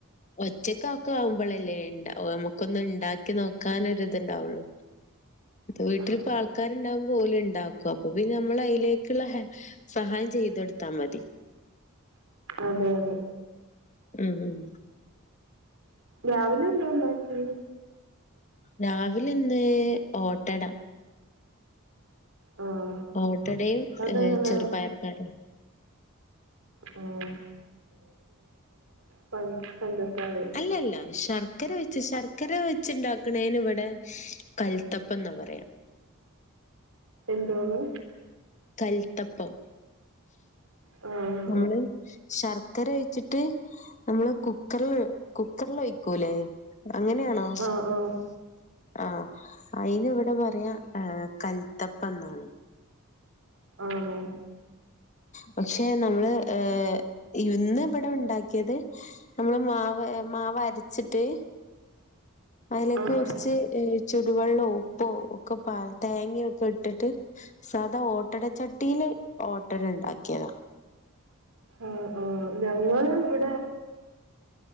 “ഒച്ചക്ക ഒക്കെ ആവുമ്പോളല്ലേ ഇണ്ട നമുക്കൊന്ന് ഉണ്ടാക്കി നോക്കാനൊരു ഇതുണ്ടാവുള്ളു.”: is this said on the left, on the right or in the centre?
Left